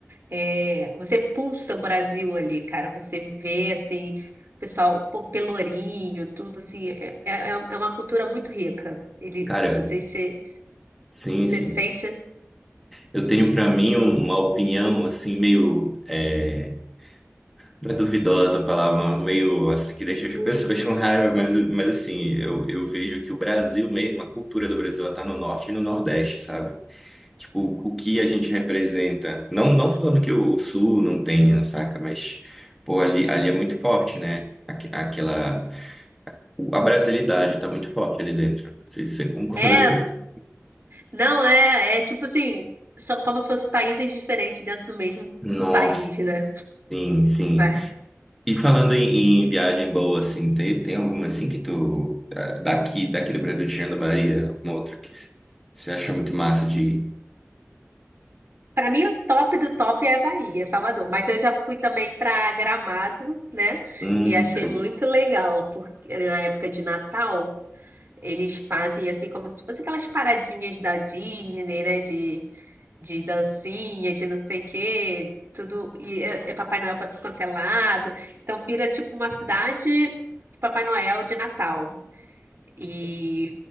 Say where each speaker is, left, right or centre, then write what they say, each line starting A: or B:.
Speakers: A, on the right; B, in the centre.
A: É, você pulsa o Brasil ali, cara. Você vê assim, o pessoal, pô, Pelourinho, tudo assim. É, é, é uma cultura muito rica. Ele,
B: Cara,
A: você se
B: sim,
A: você
B: sim.
A: sente.
B: Eu tenho pra mim um- uma opinião assim meio é, É duvidosa a palavra, meio assim, que deixa as pessoas <laughs> com raiva, mas, mas assim, eu, eu vejo que o Brasil mesmo, a cultura do Brasil, ela tá no norte e no nordeste, sabe? Tipo, o que a gente representa, não, não falando que o sul não tenha, saca? Mas, pô, ali, ali é muito forte, né? Aqu- Aquela... A brasilidade tá muito forte ali dentro. Não sei se você <laughs> concorda
A: É,
B: com isso.
A: não é, é tipo assim, são como se fossem países diferentes dentro do mesmo
B: Nossa,
A: país, né?
B: sim, sim.
A: Mas
B: E falando em,
A: isso-
B: em viagem boa, assim, tem, tem alguma assim que tu, ah, daqui, daqui do Brasil, tirando a Bahia, alguma outra que você achou muito massa de ir?
A: pra mim o top do top é a Bahia, Salvador, mas eu já fui também pra Gramado, né?
B: Hum,
A: E achei
B: show.
A: muito legal, porque na época de Natal eles fazem assim como se fossem aquelas paradinhas da Disney, né? De de dancinha, de não sei o quê, tudo. E é, é Papai Noel para tudo quanto é lado. Então vira tipo uma cidade de Papai Noel de Natal. E,
B: Nossa,